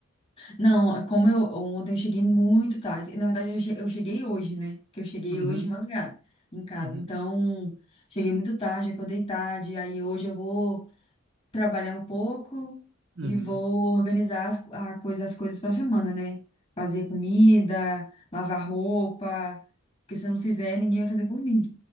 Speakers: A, on the left; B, on the right.
A: não, como eu ontem eu cheguei muito tarde. Na verdade, eu che- eu cheguei hoje, né? Que eu cheguei
B: Uhum,
A: hoje de madrugada em casa.
B: uhum,
A: Então, cheguei muito tarde, acordei tarde. Aí hoje eu vou trabalhar um pouco
B: uhum.
A: e vou organizar as, a coisa, as coisas para semana, né? Fazer comida, lavar roupa. Porque se eu não fizer, ninguém vai fazer por mim.